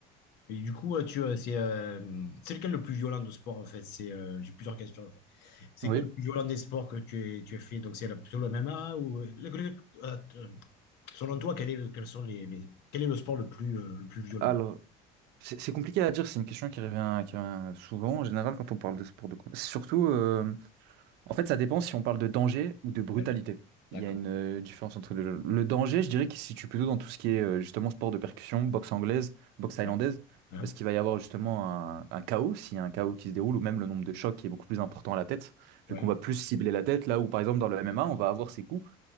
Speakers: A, on the left (about 65°); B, on the right (about 65°).
A: Et du coup, euh, tu, euh, c'est euh, c'est lequel le plus violent de sport en fait? C'est, euh, j'ai plusieurs questions en fait. C'est
B: Oui.
A: quoi le plus violent des sports que tu as, tu as fait? Donc c'est la- plutôt le MMA ou euh, le- le- euh, euh, selon toi, quel est le, quels sont les, les- quel est le sport le plus euh, le plus violent?
B: alors C'est c'est compliqué à dire, c'est une question qui revient, qui revient souvent en général quand on parle de sport de combat. Surtout, euh, en fait, ça dépend si on parle de danger ou de brutalité.
A: Ouais, d'accord.
B: Il y a une euh, différence entre les deux. Le danger, je dirais qu'il se situe plutôt dans tout ce qui est euh, justement sport de percussion, boxe anglaise, boxe thaïlandaise,
A: Ouais. Hein
B: parce qu'il va y avoir justement un, un chaos, s'il y a un chaos qui se déroule, ou même le nombre de chocs qui est beaucoup plus important à la tête, vu
A: Ouais.
B: qu'on va plus cibler la tête, là où par exemple dans le MMA, on va avoir ces coups.